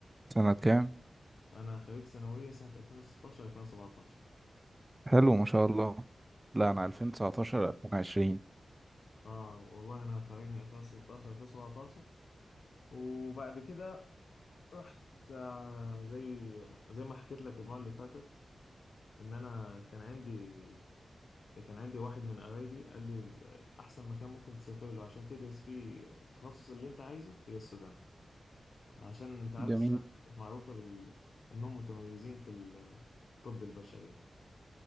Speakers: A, on the right; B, on the left.
A: سنة كام؟
B: انا خريج ثانوية سنة 2016 2017
A: حلو ما شاء الله لا
B: اه
A: أنا 2019 2020
B: آه، والله انا خريج من 2016 2017 وبعد كده رحت آه، زي زي ما حكيت لك المرة اللي فاتت ان انا كان عندي كان عندي واحد من قرايبي قال لي ال- احسن مكان ممكن تسافر له عشان تدرس فيه التخصص اللي انت عايزه هي السودان عشان انت عارف
A: جميل
B: السودان كانت معروفة بال انهم متميزين في الطب البشري يعني